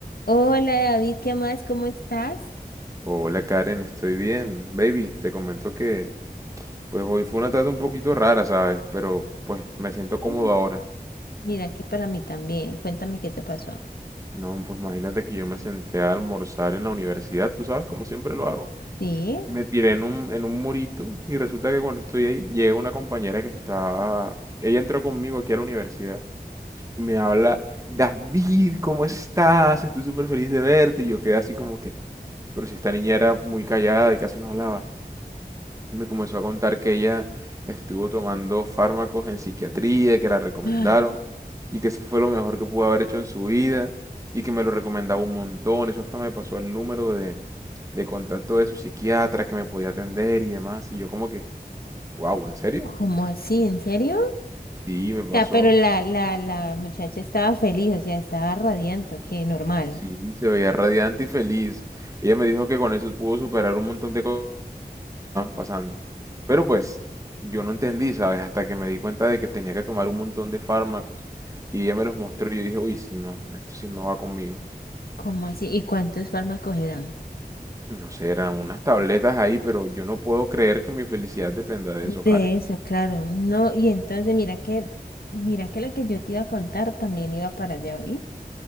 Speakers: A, on the left; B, on the right.
A: Hola David, ¿qué más? ¿Cómo estás?
B: Hola Karen, estoy bien. Baby, te comento que pues hoy fue una tarde un poquito rara, ¿sabes? Pero pues me siento
A: Bien.
B: cómodo ahora.
A: Mira que para mí también. Cuéntame qué te pasó.
B: No, pues imagínate que yo me senté a almorzar en la universidad, tú sabes, como siempre lo hago.
A: ¿Sí?
B: Me tiré en un, en un murito y resulta que cuando estoy ahí llega una compañera que estaba... Ella entró conmigo aquí a la universidad y me habla, David, ¿cómo estás? Estoy súper feliz de verte. Y yo quedé así como que, pero si esta niña era muy callada y casi no hablaba. Me comenzó a contar que ella estuvo tomando fármacos en psiquiatría, que la recomendaron
A: Ah,
B: y que eso fue lo mejor que pudo haber hecho en su vida y que me lo recomendaba un montón. Eso hasta me pasó el número de, de contacto de su psiquiatra que me podía atender y demás. Y yo como que, wow, ¿en serio?
A: ¿Cómo así? ¿En serio?
B: Sí, me pasó.
A: Ya, pero la, la, la muchacha estaba feliz, o sea, estaba radiante, ok, normal.
B: Sí, se veía radiante y feliz. Ella me dijo que con eso pudo superar un montón de co- van pasando. Pero pues yo no entendí, ¿sabes? Hasta que me di cuenta de que tenía que tomar un montón de fármacos y ella me los mostró y yo dije, uy, no, esto sí no va conmigo.
A: ¿Cómo así? ¿Y cuántos fármacos eran?
B: No sé, eran unas tabletas ahí, pero yo no puedo creer que mi felicidad dependa de eso,
A: De
B: Karen.
A: eso, claro. No, y entonces mira que, mira que lo que yo te iba a contar también iba para allá, ¿vi?